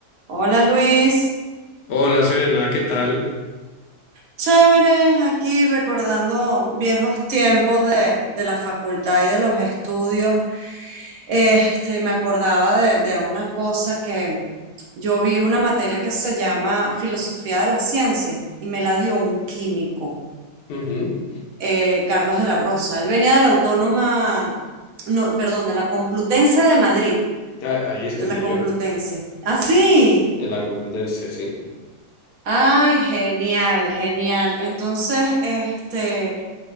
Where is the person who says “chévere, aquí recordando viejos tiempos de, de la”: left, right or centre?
Right